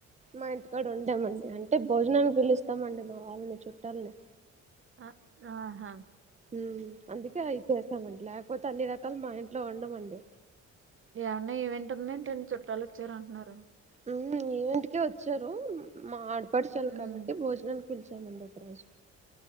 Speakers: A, on the right (about 20°); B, on the right (about 45°).
A: మా ఇంటికాడ వండామండి అంటే భోజనానికి పిలుస్తామండి మా వాళ్ళని చుట్టాలని
B: ఆ ఆహా
A: ఉ అందుకే ఐయి చేసామండి లేకపో తే అన్ని రకాలు మా ఇంట్లో వండ మండి
B: ఏమన్నా ఈవెంట్ ఉందేంటి చుట్టాలు అ చ్చారు అంటున్నారు.
A: ఉ ఈవెంటికే వచ్చారు మా ఆడపడుచోళ్లు
B: ఉమ్
A: కాబట్టి భోజనానికి పిలిచామండి ఒక రోజు